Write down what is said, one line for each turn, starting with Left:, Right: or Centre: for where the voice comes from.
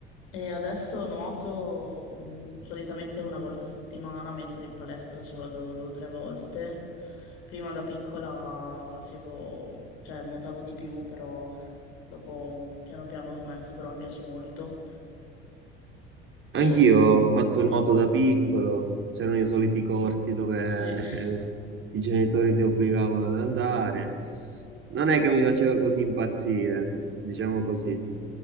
Left: E adesso nuoto mm, solitamente una volta a settimana, mentre in palestra ci vado due o tre volte. Prima da piccola facevo, cioè nuotavo di più, però dopo piano piano ho smesso, però mi piace molto.
Right: Anch'io
Left: E tu?
Right: ho fatto nuoto da piccolo, c'erano i soliti corsi dove
Left: Sì,
Right: <laughs>
Left: <laughs>
Right: i genitori ti obbligavano ad andare. Non è che mi faceva così impazzire, diciamo così.